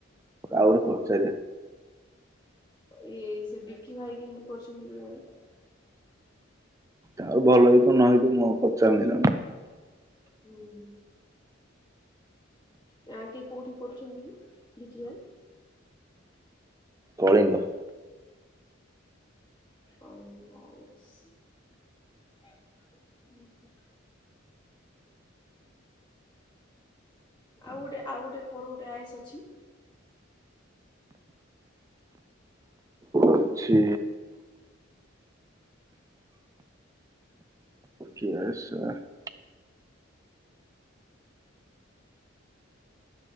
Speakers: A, on the right; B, on the left.
A: ଆଉ
B: ହଁ
A: ଗୋଟେ ପଚାରିବା।
B: ଇଏ ସେ ବିକି ଭାଇ କେମିତି କରୁଛନ୍ତି କେଜାଣି।
A: ଆଉ ଭଲ ହେଇ ନ ହେଇଥିବ ମୁଁ ଆଉ ପଚାର୍ ନି ତାଙ୍କୁ।
B: ହୁଁ। ଏ ଆଣ୍ଟି କୋଉଠି କରୁଚନ୍ତି, ବିଜ୍ ନେସ୍?
A: କଳିଙ୍ଗ।
B: ସମ ଆଏସ୍ <unintelligible> ଆଉ ଗୋଟେ ଆଉ ଗୋଟେ କଣ ଗୋଟେ ଆଏସ୍ ଅଛି?
A: ଅଛି <unintelligible>